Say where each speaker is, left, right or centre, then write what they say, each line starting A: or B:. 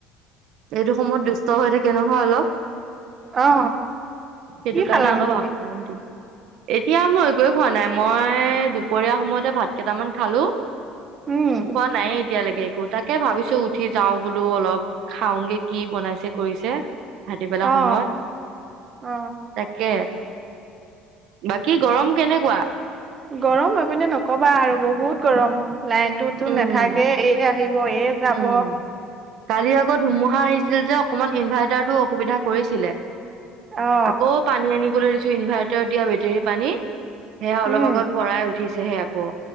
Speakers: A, on the right; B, on the right.
A: এইটো সময়ত দুষ্ট হৈ থাকে নহয় অলপ
B: অ
A: সেইটো
B: কি
A: কাৰণে
B: খালানো
A: অলপ
B: তুমি
A: আসমণ দিিল এতিয়া মই এক খোৱা নাই মই মই দুপৰীয়া সময়তে ভাত কেইটামান খালো খোৱা
B: উম
A: নাইে এতিয়ালৈকে একো তাকে ভাবিছো উঠি যাওঁ বোলো অলপ খাওঁগে কি বনাইছে কৰিছে ভাট পেলা
B: অ
A: সময়ত
B: অ
A: তাকে বাকী গৰম কেনেকুৱা
B: গৰম হৈ পিনে নকবা আৰু বহুত গৰম লাইনতটোতো
A: উম
B: নাথাকে এই আহিব এ যাব
A: উম কালি আগত ধুমুহা আহিছিল যে অকমান ইনভাৰ্ট ো অসুবিধা কৰিছিলে
B: অ
A: আকৌ পানী আনিবলৈ কিছু ইনভাৰ্টাৰ দিয়া বেটেৰী পানী সেয়া
B: উম
A: অলপ আগত ভৰাই উঠিছেহে আকৌ